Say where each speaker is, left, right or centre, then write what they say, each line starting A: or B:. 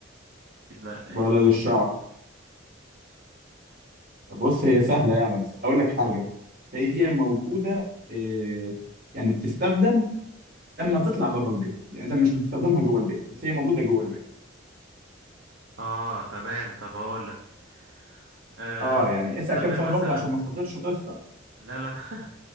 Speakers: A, on the right; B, on the right.
A: اكيد لا يعني.
B: ولا للشعر بص هي سهلة يعني بس أقول لك حاجة هي موجودة إيه يعني بتستخدم لما تطلع بره البيت يعني أنت مش بتستخدمها جوه البيت بس هي موجودة جوه البيت
A: اه تمام طب هقول لك آه
B: اه يعني
A: بتستخدم
B: اسأل كام سؤال
A: مثلا
B: برضه عشان ما تخاطرش وتخسر
A: لا لا <laughs>